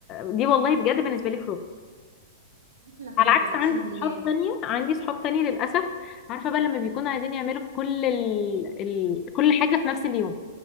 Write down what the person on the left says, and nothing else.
دي والله بجد بالنسبة لي خروجة
على عكس
عندي
صحاب تانية عندي صحاب تانية للأسف عارفة بقى لما بيكونوا عايزين يعملوا كل ال... ال... كل حاجة في نفس اليوم